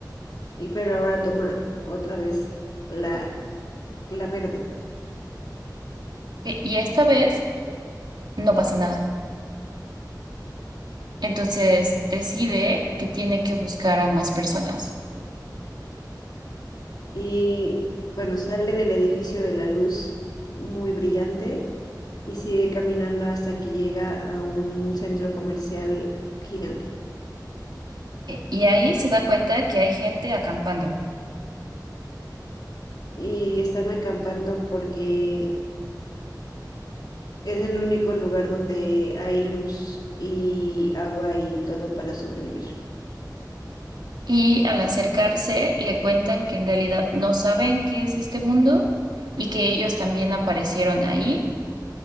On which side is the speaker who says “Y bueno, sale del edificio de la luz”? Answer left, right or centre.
Left